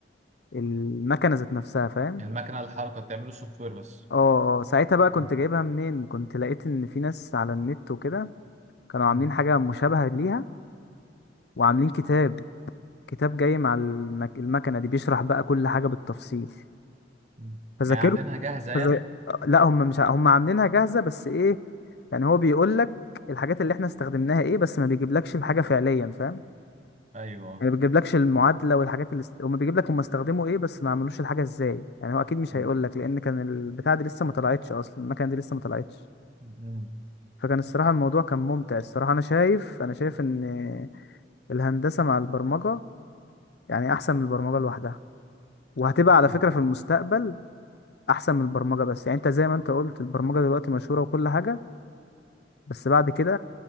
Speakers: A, on the left; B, on the right.
A: المكنه ذات نفسها فاهم
B: يعني المكنة الحركة بتعمله السوفت وير بس
A: اه اه ساعتها بقى كنت
B: مم.
A: جايبها منين كنت لقيت ان في ناس على النت وكده كانوا عاملين
B: مم.
A: حاجه مشابهه ليها وعاملين كتاب كتاب جاي مع المك... المكنه دي بيشرح بقى كل حاجه بالتفصيل
B: مم.
A: فذاكرت
B: يعني عاملينها جاهزة
A: فز...
B: يعني
A: لا هم مش ع- هم عاملينها جاهزه بس ايه يعني هو بيقول لك الحاجات اللي احنا استخدمناها ايه بس ما بيجيبلكش الحاجه فعليا فاهم
B: أيوه
A: يعني ما بيجيبلكش المعادله والحاجات اللي است... هم بيجيب لك هم استخدموا ايه بس ما عملوش الحاجه ازاي يعني هو اكيد مش
B: مم.
A: هيقول لك لان كان البتاع دي لسه ما طلعتش اصلا المكنه دي لسه ما طلعتش
B: مم.
A: فكان الصراحه الموضوع كان ممتع الصراحه انا شايف انا شايف ان الهندسه مع البرمجه يعني احسن من البرمجه لوحدها وهتبقى على
B: مم.
A: فكره في المستقبل احسن من البرمجه بس يعني انت زي ما انت قلت البرمجه دلوقتي مشهوره وكل حاجه بس بعد كده